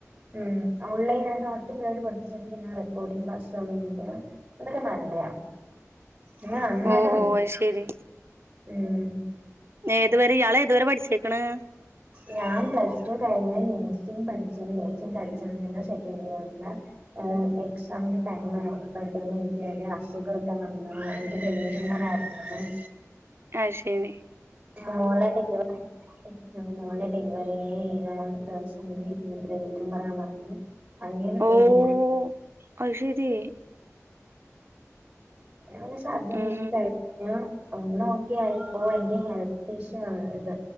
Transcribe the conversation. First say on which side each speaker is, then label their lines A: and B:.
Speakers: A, on the right (about 20°); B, on the right (about 50°).
A: ഉം ഓൺലൈനായിട്ട് അട്ടിപൊളിയായിട്ട് പഠിപ്പിച്ചിട്ടിണ്ട് പിന്നെ റെക്കോർഡിംഗ് ക്ലാസ്സുകളുണ്ട് അതൊക്കെ നന്മയാ ഇങ്ങെ നന്നായിട്ട്
B: ഓഹ്
A: പഠിപ്പി
B: ഓഹ് അത് ശരി
A: ഉം
B: ഏതുവരെ ഇയാളേതുവരെ പഠിച്ചേക്കണ്
A: ഞാൻ പ്ലസ് ടു കഴിഞ്ഞ് നേഴസിങ് പഠിച്ച് നേഴ്സിങ് പഠിച്ചോണ്ടിരുന്ന സെക്കൻഡ് ഇയറില അ എക്സാമിന്റെ ടൈം ആയപ്പോഴ്ത്തേനും എനിക്ക് ചെറിയ അസുഖൊക്കെ വന്ന് എനിക്ക് ബ്രെയിൻ ട്യൂമറായിരുന്നു ആഹ്
B: അയ്ശെരി
A: മോളടിക്കും അങ്ങനെ ഞ മോളടെ ഡെലിവറീ ഏഴാം ദിവസം ബ്രെയിൻ ട്യൂമറാണെന്നറിഞ്ഞ അങ്ങനെ തേഞ
B: ഓഹ് അത് ശരി
A: ഞാന് സർജറിയൊക്കെ
B: ഉം
A: കഴിഞ്ഞ് ഞാൻ ഒന്ന് ഓക്കെയായപ്പോ എന്റെ ഹെൽത്ത് ഇഷ്യൂ ആണ് ഇത്